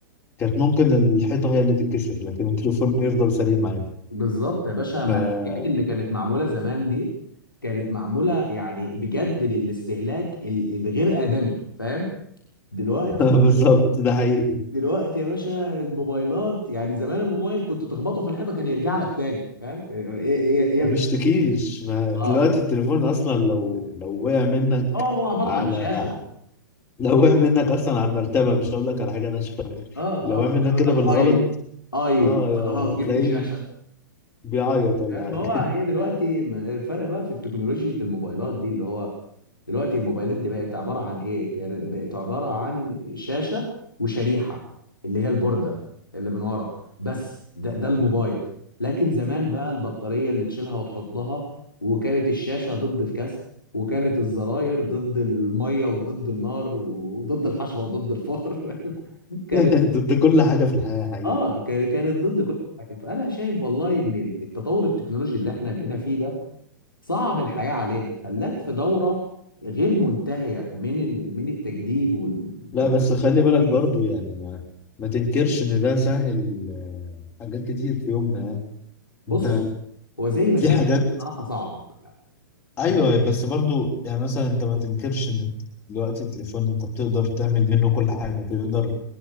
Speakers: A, on the left; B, on the left.
A: كانت ممكن الحيطة هي اللي تتكسر لكن التليفون يفضل سليم عادي
B: بالظبط يا باشا ما
A: ف
B: الحاجات اللي كانت معموله زمان دي كانت معموله يعني بجد للاستهلاك ال- الغير ادمي فاهم دلوقتي
A: <laughs> بالظبط ده حقيقي
B: دلوقتي يا باشا الموبايلات يعني زمان الموبايل كنت تخبطه في الحيطه كان يرجع لك تاني فاهم ايه ايه ايه يا
A: ما
B: برنس؟
A: بيشتكيش ما
B: اه
A: دلوقتي التليفون أصلا لو لو وقع منك
B: اه هو عباره
A: على
B: عن شاشه
A: <laughs> لو وقع منك أصلا على المرتبة مش هقول لك على حاجة ناشفة
B: اه
A: لو وقع
B: اه
A: منك
B: هيقول
A: كده
B: لك
A: بالغلط
B: اي اي
A: اه
B: انا
A: يا-
B: خلاص جبت
A: تلاقيه
B: شاشه
A: بيعيط ولا
B: ما
A: حاجة
B: هو هي دلوقتي ما- الفرق بقى في التكنولوجيا الموبايلات دي اللي هو دلوقتي الموبايلات دي بقت عبارة عن ايه؟ كان- بقت عبارة عن شاشة وشريحة اللي هي البوردة اللي من ورا بس ده ده الموبايل لكن زمان بقى البطارية اللي تشيلها وتحطها وكانت الشاشة ضد الكسر وكانت الزراير ضد المية وضد النار وضد الحشرة وضد الفار <laughs> كان
A: <laughs> ضد كل حاجة في الحياة حقيقي
B: اه كان- كانت ضد كل حاجه فانا شايف والله ان التطور التكنولوجي اللي احنا بقينا فيه ده صعب الحياه علينا خلاك في دوره غير منتهيه من ال... من التجديد وال...
A: لا
B: والتحديث
A: بس خلي بالك برضو يعني ما ما تنكرش إن ده سهل آه، حاجات كتير في يومنا يعني
B: بص
A: أنت
B: هو زي ما
A: في
B: ساحل
A: حاجات
B: بصراحه صعب
A: أيوه
B: انا شايف
A: بس برضو يعني مثلا أنت ما تنكرش إن دلوقتي التليفون أنت بتقدر تعمل منه كل حاجة تقدر